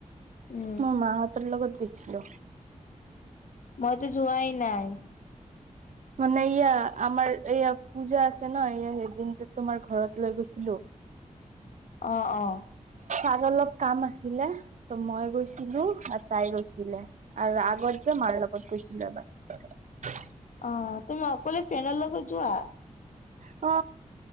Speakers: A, on the left; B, on the right.
A: উম
B: মোৰ মাহঁতৰ লগত। গেইছিলো।
A: মইতো যোৱাই নাই।
B: মানে ইয়া আমাৰ এইয়া পূজা আছে ন এইয়া সেইদিন যে তোমাৰ ঘৰত লৈ গৈছিলো হয়
A: অ', অ'।
B: আৰু অলপ কাম আছিলে ত মই গৈছিলো আৰু তাই গৈছিলে আৰু আগত যে মাৰ লগত গৈছিল ছিল ন
A: অ তুমি অকলে পালৰ লগ লগত যোৱা
B: অ